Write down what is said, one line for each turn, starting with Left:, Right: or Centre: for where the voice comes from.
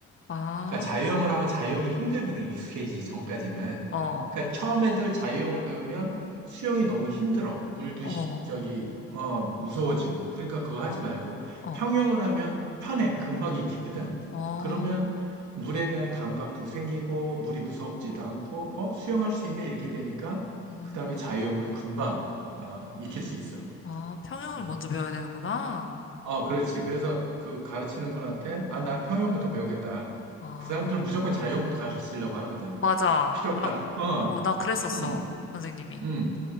Left: 아,
Right: 그러니까 자유형을 하면 자유형이 힘들거든, 익숙해지기 전까지는.
Left: 어,
Right: 그러니까 처음 애들 자유형을 배우면 수영이 너무 힘들어. 물도
Left: 어,
Right: 시- 저기 어 무서워지고. 그러니까 그거 하지 말고
Left: 어,
Right: 평형을 하면 편해. 금방 익히거든.
Left: 어,
Right: 그러면 물에 대한 감각도 생기고 물이 무섭지도 않고 어 수영할 수 있네 이렇게 되니까
Left: 음,
Right: 그다음에 자유형도 금방 어, 익힐 수 있어.
Left: 아, 평형을
Right: 응.
Left: 먼저 배워야 되는구나.
Right: 어, 그렇지. 그래서 그 가르치는 분한테, 아, 나는
Left: 어,
Right: 평형부터 배우겠다.
Left: 아,
Right: 그 사람들은 무조건 자형부터 가르치려고 하거든.
Left: 맞아.
Right: 필요 없다.
Left: 나,
Right: 어,
Left: 어, 나 그랬었어.
Right: 음,
Left: 선생님이.
Right: 음.